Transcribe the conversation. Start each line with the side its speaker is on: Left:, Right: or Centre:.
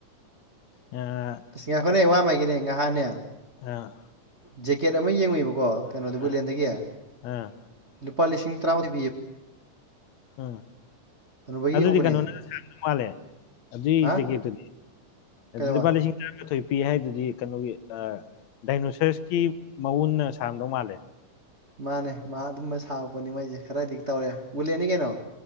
Left: ꯑꯥ
Right: ꯏꯁ ꯉꯥꯏꯈꯣꯅꯦ ꯋꯥꯝ ꯍꯥꯏꯒ‌ꯦꯅ‌ꯦ ꯉꯍꯥꯟꯅ‌ꯦ
Left: ꯑ
Right: ꯖꯦꯀꯦꯠ ꯑꯃ ꯌꯦꯡꯉꯨꯏꯕꯀꯣ ꯀꯩꯅꯣꯗ ꯋꯨꯠꯂꯦꯟꯗꯒꯤ
Left: ꯑꯥ ꯑꯥ
Right: ꯂꯨꯄꯥ ꯂꯤꯁꯤꯡ ꯇꯔꯥꯃꯥꯊ‌ꯣꯏ ꯄꯤ
Left: ꯎꯝ
Right: ꯍꯅꯨꯕꯒꯤ
Left: ꯑꯗꯨꯗꯤ
Right: ꯌꯦꯡꯉꯨꯕꯅꯦ
Left: ꯀꯩꯅꯣ <unintelligible> ꯃꯥꯜꯂꯦ ꯑꯗꯨꯏ
Right: ꯍꯥ
Left: ꯖꯦꯀꯦꯠꯇꯨꯅꯤ
Right: ꯀꯩꯗꯧꯕ
Left: ꯂꯨꯄꯥ ꯂꯤꯁꯤꯡ ꯇꯔꯥꯃꯥꯊꯣꯏ ꯄꯤ ꯍꯥꯏꯗꯨꯗꯤ ꯀꯩꯅꯣꯒꯤ ꯗꯥꯏꯅꯣꯁꯔꯁꯀꯤ ꯃꯎꯟꯅ ꯁꯥꯔꯝꯗꯧ ꯃꯥꯜꯂꯦ
Right: ꯃꯥꯅꯦ ꯃꯥ ꯑꯗꯨꯝꯕ ꯁꯥꯕ ꯄꯣꯠꯅꯤ ꯃꯣꯏꯁꯦ ꯈꯔꯗꯤ ꯇꯧꯔꯦ ꯋꯨꯠꯂ‌ꯦꯟꯅꯤ ꯀꯩꯅꯣ